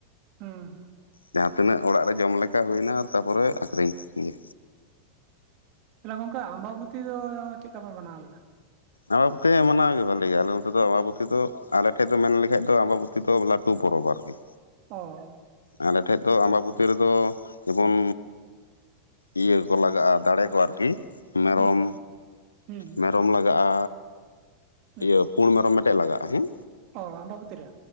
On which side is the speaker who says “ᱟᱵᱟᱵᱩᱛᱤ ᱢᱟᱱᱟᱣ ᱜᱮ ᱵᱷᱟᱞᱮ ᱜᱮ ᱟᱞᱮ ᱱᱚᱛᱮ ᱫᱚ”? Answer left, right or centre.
Left